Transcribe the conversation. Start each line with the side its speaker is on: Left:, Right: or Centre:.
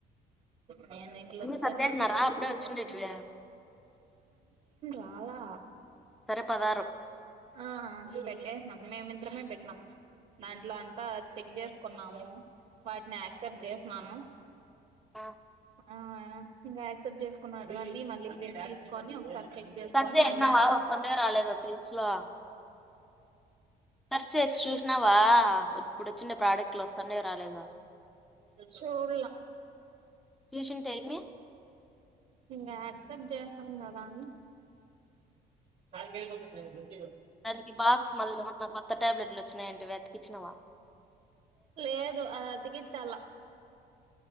Right: నేన్ ఇట్లా వచ్చేసిన
Centre: సర్దేసినారా అప్పుడే వచ్చిండేటివి
Right: రాలా
Centre: సరే పదారు
Right: ఆ పెట్టేహ్నం మేమింద్దరమే పెట్టినాం దాంట్లో అంతా చెక్ చేసుకున్నాము వాటిని యాక్సెప్ట్ చేసన్నాను
Centre: ఆ
Right: ఆ ఇంకా యాక్సెప్ట్ చేసుకున్నాటివి అన్ని మళ్ళీ ప్రెంట్ తీసుకొని ఒకసారి చెక్ చేసుకోని
Centre: సర్దేసినావా
Right: మళ్ళీ అన్నిీ
Centre: వస్తుండేవో రాలేదో సేల్స్ లో సెర్చ్ చేసి చూసినావా ఇప్పుడు వచ్చిండే ప్రోడక్ట్లు వస్తాండయో రాలేదో
Right: చూడ్ల
Centre: చూసింటే ఏమి
Right: ఇంకా యాక్సెప్ట్ చేస్తాం కదా అని నా కప్పడు
Centre: దానికి బాక్స్ మళ్ళీ ఏమన్నా కొత్త టాబ్లెట్లు వచ్చినాయింటవే అతికిచ్చినవా
Right: లేదు అ అతికిచ్చాల